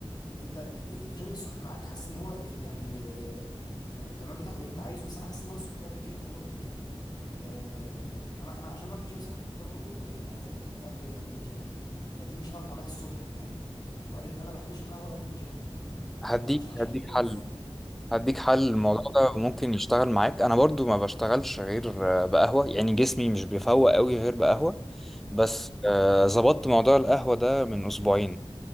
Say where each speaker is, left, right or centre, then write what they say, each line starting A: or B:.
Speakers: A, on the left; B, in the centre.
A: انت الجيم الصبح معاك حاسس ان هو اف- يعني آه، يعني تمام بتاخد اللي انت عايزه بس انا حاسس ان هو الصبح بدري كده انت يا دوبك بتفطر آه، انا انا عشان اروح الجيم صراحة كنت باكل وجبتين يعني لازم وجبتين قبل قبل الجيم فدي مش هعرف اعملها الصبح فاهم وبعدين انا بحب اشرب قهوة قبل الجيم
B: هديك
A: فعشان اشرب
B: هديك
A: قهوة
B: حل
A: الصبح
B: هديك حل الموضوع
A: قول لي
B: ده ممكن يشتغل معاك أنا برضو ما بشتغلش غير آه، بقهوة يعني جسمي مش بيفوق قوي غير بقهوة بس
A: اه
B: آه، ظبطت موضوع القهوة ده من أسبوعين